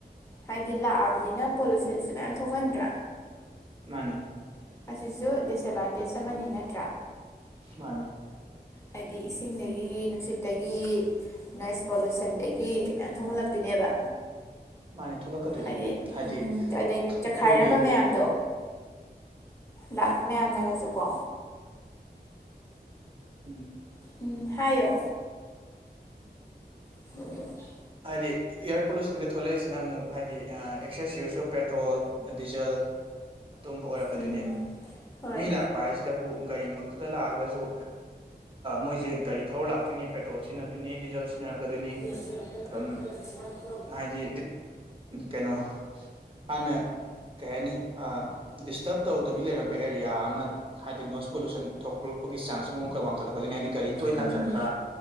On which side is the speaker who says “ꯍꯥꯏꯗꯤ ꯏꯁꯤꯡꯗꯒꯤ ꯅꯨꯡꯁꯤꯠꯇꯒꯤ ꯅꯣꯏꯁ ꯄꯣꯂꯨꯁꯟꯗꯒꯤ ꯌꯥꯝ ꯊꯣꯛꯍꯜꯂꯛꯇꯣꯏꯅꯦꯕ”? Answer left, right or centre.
Left